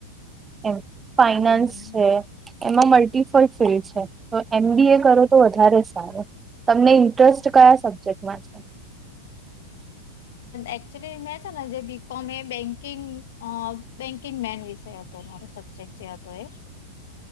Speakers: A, on the right (about 15°); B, on the left (about 70°).
A: એ ફાઈનાન્સ
B: હમ હમ
A: છે, એમાં મલ્ટીપલ ફિલ્ડ છે. તો એમ. બી. એ કરો તો, વધારે સારો તમને ઇન્ટરેસ્ટ કયા સબ્જેક્ટમાં છે.
B: એકચુલી મેં છે ને, જે બી. કોમ એ બેંકિંગ અ બેન્કિંગ મેન વિષય હતો. તો મારો સબ્જેક્ટ જે હતો એ.